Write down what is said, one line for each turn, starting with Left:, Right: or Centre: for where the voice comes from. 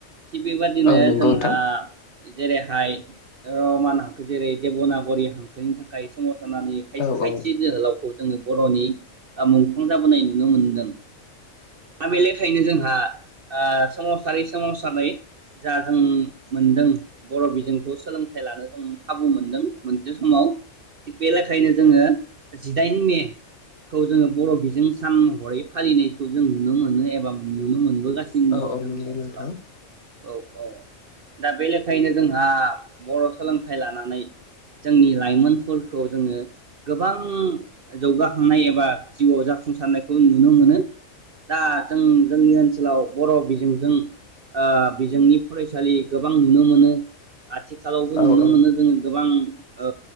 Right: थिग बेबायदिनो
Left: औ नंगौ
Right: जोंहा
Left: नोंथां
Right: जेरैहाय रमान हांखो जेरै देब'नागरि हांखोनि थाखाय सोमाव जानि खायसे
Left: औ
Right: खायसे
Left: औ
Right: जोहोलावखौ जोङो बर'नि मुं जाबोनाय नुनो मोनदों दा बेलेखायनो जोंहा सोमावसारै सोमावसारै जा जों मोनदों बर' बिजोंखौ सोलोंथाइ लानो जों खाबु मोनदों मोनसे समाव थिग बे लेखायनो जोङो जिदाइन मे खौ जोङो बर' बिजों सान महरै फालिनायखौ जों नुनो मोनो एबा नुनो मोनबोगासिनो <unintelligible> दङ
Left: औ औ
Right: जोंनि
Left: नंगौ
Right: ओनसोलाव
Left: नोंथां
Right: औ औ दा बे लेखायैनो जोंहा बर' सोलोंथाइ लानानै जोंनि लाइमोनफोरखौ जोङो गोबां जौगाखांनाय एबा जिउआव जाफुंसारनायखौ नुनो मोनो दा जों जोंनि ओनसोलाव बर' बिजोंजों ओ बिजोंनि फरायसालि गोबां नुनो मोनो आथिखालावबो नुनो
Left: औ औ
Right: मोनो जोङो गोबां ओ